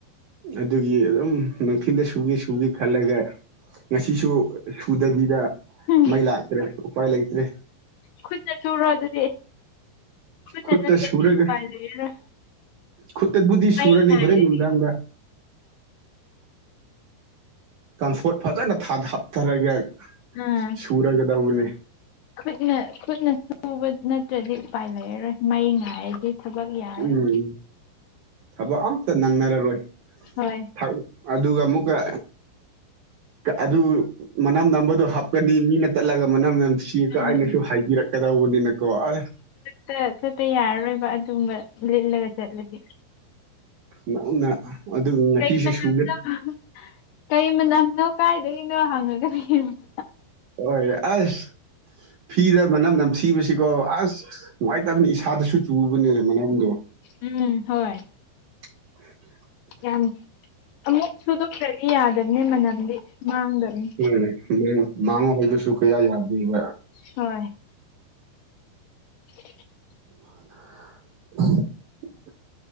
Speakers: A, on the right; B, on the left.
A: ꯑꯗꯨꯒꯤ ꯑꯗꯨꯝ ꯅꯨꯡꯊꯤꯜꯗ ꯁꯨꯒꯦ ꯁꯨꯒꯦ ꯈꯜꯂꯒ ꯉꯁꯤꯁꯨ ꯁꯨꯗꯕꯤꯗ
B: ꯎꯝ
A: ꯃꯩ ꯂꯥꯛꯇ꯭ꯔꯦ ꯎꯄꯥꯏ ꯂꯩꯇ꯭ꯔꯦ
B: ꯈꯨꯠꯅ ꯁꯨꯔꯣ ꯑꯗꯨꯗꯤ ꯈꯨꯠꯅ
A: ꯈꯨꯠꯇ
B: ꯅꯠꯇ꯭ꯔꯗꯤ
A: ꯁꯨꯔꯒ
B: ꯎꯄꯥꯏ ꯂꯩꯔꯔꯣꯏ
A: ꯈꯨꯠꯇꯠꯕꯨꯗꯤ ꯁꯨꯔꯅꯤ
B: ꯃꯩ ꯉꯥꯏꯔꯗꯤ
A: ꯍꯣꯔꯦꯟ ꯅꯨꯡꯗꯥꯡꯗ ꯀꯥꯝꯐꯣꯠ ꯐꯖꯅ ꯊꯥꯊ ꯍꯥꯞꯊꯔꯒ
B: ꯎꯝ
A: ꯁꯨꯔꯒꯗꯧꯕꯅꯤ
B: ꯈꯨꯠꯅ ꯈꯨꯠꯅ ꯁꯨꯕ ꯅꯠꯇ꯭ꯔꯗꯤ ꯎꯄꯥꯏ ꯂꯩꯔꯔꯣꯏ ꯃꯩ ꯉꯥꯏꯔꯗꯤ ꯊꯕꯛ ꯌꯥꯔꯔꯣꯏ
A: ꯎꯝ ꯊꯕꯛ ꯑꯝꯇ ꯅꯪꯅꯔꯔꯣꯏ
B: ꯍꯣꯏ
A: <unintelligible> ꯑꯗꯨꯒ ꯑꯃꯨꯛꯀ ꯑꯗꯨ ꯃꯅꯝ ꯅꯝꯕꯗꯨ ꯍꯥꯞꯀꯅꯤ ꯃꯤꯅ ꯇꯠꯂꯒ ꯃꯅꯝ ꯅꯝ ꯁꯤꯒ
B: ꯎꯝ
A: ꯀꯥꯏꯅꯁꯨ ꯍꯥꯏꯕꯤꯔꯛꯀꯗꯧꯕꯅꯤꯅꯀꯣ ꯑ
B: ꯆꯠ ꯆꯠꯄ ꯌꯥꯔꯔꯣꯏꯕ ꯑꯗꯨꯒꯨꯝꯕ ꯂꯤꯠꯂꯒ ꯆꯠꯂꯗꯤ
A: ꯉꯪꯅ ꯑꯗꯨꯒ ꯉꯁꯤꯁꯨꯦ
B: ꯀꯩ ꯃꯅꯝꯅꯣ
A: ꯁꯨꯒꯦ
B: ꯀꯩ ꯃꯅꯝꯅꯣ ꯀꯥꯏꯗꯒꯤꯅꯣ ꯍꯪꯉ <unintelligible>
A: ꯍꯣꯏ ꯑꯁ ꯐꯤꯗ ꯃꯅꯝ ꯅꯝꯊꯤꯕꯁꯤꯀꯣ ꯑꯁ ꯅꯨꯡꯉꯥꯏꯇꯕꯅꯤ ꯏꯁꯥꯗꯁꯨ ꯆꯨꯕꯅꯦ ꯃꯅꯝꯗꯣ
B: ꯎꯝ ꯍꯣꯏ
A: <unintelligible>
B: ꯌꯥꯝ ꯑꯃꯨꯛ ꯁꯨꯗꯣꯛꯇ꯭ꯔꯗꯤ ꯌꯥꯗꯕꯅꯦ ꯃꯅꯝꯗꯤ ꯃꯥꯡꯗꯕꯅꯤ
A: <unintelligible> ꯃꯥꯡꯉꯨ ꯍꯥꯏꯕꯁꯨ ꯀꯌꯥ ꯌꯥꯗꯦꯕ
B: ꯍꯣꯏ <unintelligible>
A: <unintelligible>